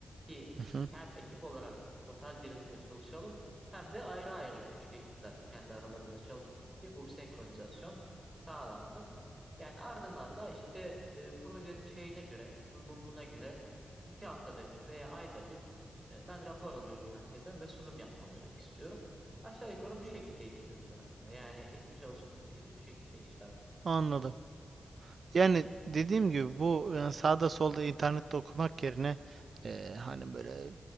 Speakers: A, on the right; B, on the right.
A: ki
B: hı hı.
A: hem ekip olarak total birlikte çalışalım hem de ayrı ayrı küçük ekipler kendi aralarında çalışsın ki bu senkronizasyon sağlansın. Yani ardından da işte e, projenin şeyine göre, uygunluğuna göre iki haftada bir veya ayda bir e, ben rapor alıyorum merkezden ve sunum yapmalarını istiyorum. Aşağı yukarı bu şekilde işliyoruz aslında. Yani ekip çalışması işi bu şekilde işler.
B: Anladım.
A: E, hı,
B: Yani dediğim gibi bu e, sağda solda internette okumak yerine e, hani böyle